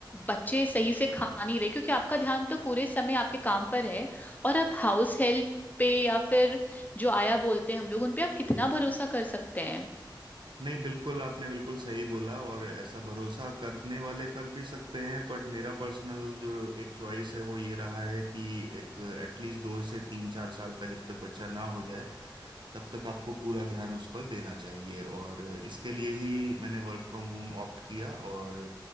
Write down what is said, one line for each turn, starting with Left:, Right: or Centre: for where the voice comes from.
Left: बच्चे सही से खा नहीं रहे क्योंकि आपका ध्यान तो पूरे समय आपके काम पर है और आप हाउस हेल्प पे या फिर जो आया बोलते हैं हम लोग उन पे आप कितना भरोसा कर सकते हैं
Right: नहीं बिल्कुल आपने बिल्कुल सही बोला और ऐसा भरोसा करने वाले कर भी सकते हैं बट मेरा पर्सनल जो एक चॉइस है वो ये रहा है कि एक एटलीस्ट दो से तीन चार साल का जब तक बच्चा ना हो जाए तब तक आपको पूरा ध्यान उस पर देना चाहिए और इसके लिए ही मैंने वर्क फ्रॉम होम ऑप्ट किया और